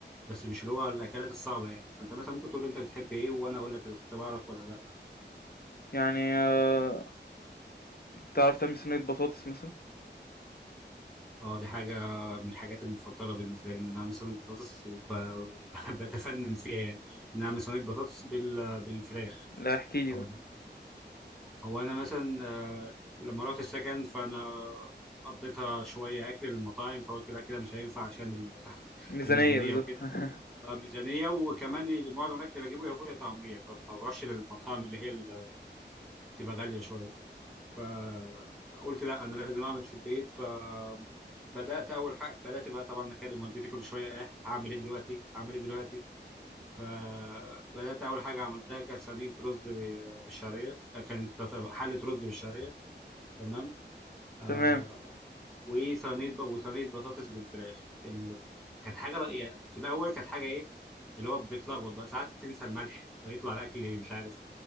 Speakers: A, in the centre; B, on the left.
A: بس مش اللي هو الاكلات الصعبه يعني فانت مثلا ممكن تقول لي انت بتحب ايه وانا اقول لك اذا كنت بعرف ولا لا
B: يعني آه، تعرف تعمل صينية بطاطس مثلا
A: اه دي حاجه من الحاجات المفضله بالنسبه لي ان انا اعمل صينيه بطاطس وبتفنن <laughs> فيها يعني ان انا اعمل صينيه بطاطس بال... بالفراخ
B: لا احكي لي
A: او
B: بقى
A: انا هو انا مثلا آه، لما رحت السكن فانا قضيتها شويه اكل من المطاعم فقلت لا كده مش هينفع عشان ال-
B: ميزانية
A: الميزانيه
B: بالظبط
A: وكده
B: <laughs>
A: آه، ميزانيه وكمان معظم الاكل اللي بجيبه يا فول يا طعميه فما بروحش للمطاعم اللي هي اللي بتبقى غاليه شويه فقلت لا انا لازم اعمل في البيت فبدات اول حاجه بدات بقى طبعا اكلم والدتي كل شويه اه هعمل ايه دلوقتي هعمل ايه دلوقتي فبدات اول حاجه عملتها كانت صينيه رز ب- بالشعريه كانت حله رز بالشعريه تمام آه،
B: تمام
A: وصينيه ب- وصينيه بطاطس بالفراخ ال... كانت حاجه رأي... في الاول كانت حاجه ايه اللي هو بتلخبط بقى ساعات تنسى الملح فيطلع الاكل مش عارف